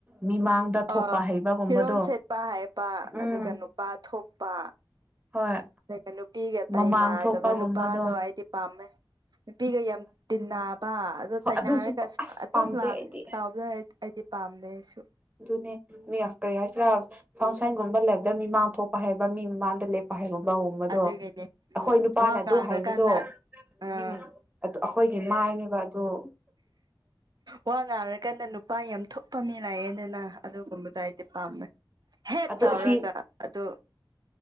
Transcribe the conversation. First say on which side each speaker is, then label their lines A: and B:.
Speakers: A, on the right; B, on the right.
A: ꯃꯤꯃꯥꯡꯗ ꯊꯣꯛꯄ
B: ꯑꯥ
A: ꯍꯩꯕꯒꯨꯝꯕꯗꯣ
B: ꯐꯤꯔꯣꯜ ꯁꯦꯠꯄ ꯍꯥꯏꯕ
A: ꯎꯝ
B: ꯑꯗꯨꯒ ꯅꯨꯄꯥ ꯊꯣꯛꯄ
A: ꯍꯣꯏ
B: ꯑꯗꯨꯒ ꯅꯨꯄꯤꯒ ꯇꯥꯏꯅꯗꯕ
A: ꯃꯃꯥꯡ ꯊꯣꯛꯄꯒꯨꯝꯕꯗꯣ
B: ꯅꯨꯄꯥꯗꯣ ꯑꯩꯗꯤ ꯄꯥꯝꯃꯦ ꯅꯨꯄꯤꯒ ꯌꯥꯝ ꯇꯤꯟꯅ ꯑꯗꯨ ꯇꯩꯅꯅꯔꯒ
A: ꯑꯗꯨꯁꯨ ꯑꯁ
B: ꯑꯗꯨꯝ
A: ꯄꯥꯝꯗꯦ ꯑꯩꯗꯤ
B: ꯇꯥꯎꯕꯗ ꯑꯩꯗꯤ ꯄꯥꯝꯗꯩ ꯑꯩꯁꯨ
A: ꯑꯗꯨꯅꯦ ꯃꯤ ꯀꯔꯤ ꯍꯥꯏꯁꯤꯔꯥ ꯐꯪꯁꯟꯒꯨꯝꯕ ꯂꯩꯕꯗ ꯃꯤ ꯃꯥꯡ ꯊꯣꯛꯄ ꯍꯥꯏꯕ ꯃꯤ ꯃꯃꯥꯡꯗ ꯂꯦꯞꯄ ꯍꯥꯏꯕꯨꯝ ꯒꯨꯝꯕꯗꯣ
B: ꯑꯗꯨꯒꯤꯅꯦ ꯎꯝ
A: ꯑꯩꯈꯣꯏ ꯅꯨꯄꯥꯅ
B: ꯋꯥ ꯉꯥꯡꯔꯀꯥꯟꯗ
A: ꯑꯗꯨ ꯍꯥꯏꯕꯗꯣ
B: ꯑꯥ
A: ꯎꯝ ꯑꯩꯈꯣꯏꯒꯤ ꯃꯥ ꯇꯥꯏꯅꯦꯕ ꯑꯗꯨꯣ
B: ꯋꯥ ꯉꯥꯔꯀꯥꯟꯗ ꯅꯨꯄꯥ ꯑꯃ ꯊꯣꯛꯄ ꯃꯤꯅꯥꯛꯑꯦꯗꯅ ꯑꯗꯨꯒꯨꯝꯕꯗꯣ ꯑꯩꯗꯤ ꯄꯥꯝꯃꯦ ꯍꯦꯠ
A: ꯑꯣ
B: ꯇꯧꯔꯒ
A: ꯑꯁꯤ
B: ꯑꯗꯨ